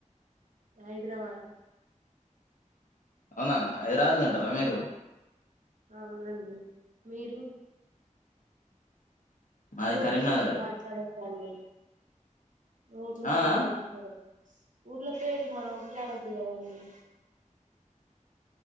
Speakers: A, on the right; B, on the left.
A: హైదరాబాద్
B: అవునా హైదరాబాదు లో ఉంటారా మీరు
A: అవునండి మీరు
B: మాది
A: ఊర్ళ
B: కరీంనగర్
A: పేర్లు మాట్లాడొద్దండి ఊర్ళ
B: ఆ
A: పేర్లు
B: ఆ
A: మాట్లాడొదు ఊర్ల పేర్లు మాట్లాడోదు కదండి